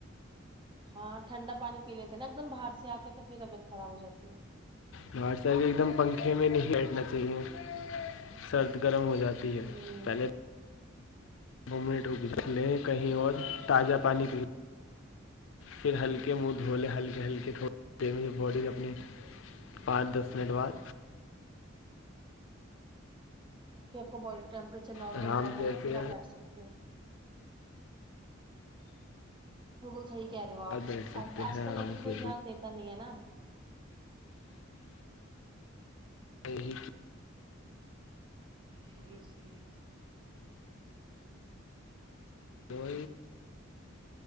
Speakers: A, on the right; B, on the left.
A: ہاں ٹھنڈا پانی پی لیتے نا ایک دم باہر سے آ کے تو پھر طبیعت خراب ہو جاتی ہے
B: اورار سر بھی ایک دم پنکھے میں نہیں ہٹنا چاہیے سرد گرم ہو جاتا ہے
A: ہوں
B: پہلے دو منٹ رک لیں کہیں اور تازہ پانی پی لیں پھر ہلکے منہ دھولے ہلکے ہلکے تھوڑی دیر میں جب بوڈی اپنی پانچ دس منٹ بعد
A: پھر آپ کا باڈی ٹیمپریچر نارمل
B: آرام
A: ہو جاتا
B: جیسے
A: ہے نا پھر آپ بیٹھ سکتے ہو بالکل صحیح کہہ رہے ہو آپ
B: بیٹھ سکتے ہیں
A: آج کل
B: آرام
A: لیکن کوئی
B: سے
A: دھیان دیتا نہیں ہے نا
B: یہی کہ
A: جی جی
B: تو